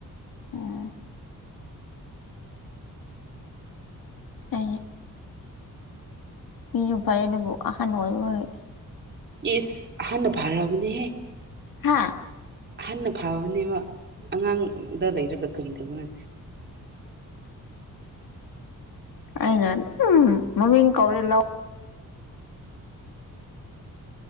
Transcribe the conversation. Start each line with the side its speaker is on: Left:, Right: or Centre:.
Left: ꯎꯝ ꯑ ꯃꯤꯔꯨꯞꯥꯏ ꯑꯗꯨꯕꯨꯣꯛ ꯑꯍꯥꯟ ꯅꯅꯨꯡꯉꯥꯏ ꯑꯣꯏ
Right: ꯏꯁ ꯑꯍꯥꯟꯥꯟꯕꯅ ꯐꯥꯔꯕꯅꯦꯍꯦ
Left: ꯍꯥꯥ
Right: ꯑꯍꯟꯅ ꯐꯕꯅꯦꯕ ꯑꯉꯥꯡꯗ ꯂꯩꯔꯒ ꯀꯔꯤꯗꯧꯕꯅꯣ
Left: ꯑꯅ ꯎꯝ ꯃꯃꯤ ꯀꯧꯔꯂ